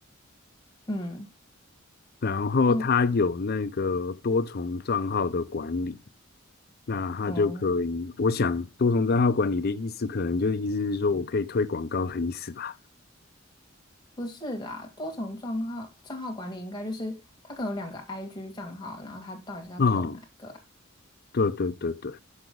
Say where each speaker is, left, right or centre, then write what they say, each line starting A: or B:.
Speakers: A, on the left; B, on the left.
A: 嗯
B: 然后它有那个多重账号的管理。
A: 嗯，
B: 那它就可以，
A: 哦，
B: 我想多重账号管理的意思，可能就是意思是说我可以推广告的意思吧。
A: 不是啦，多重账号账号管理应该就是它可能有两个 IG 账号，然后它到底是要投哪一个啊？
B: 嗯，对对对对。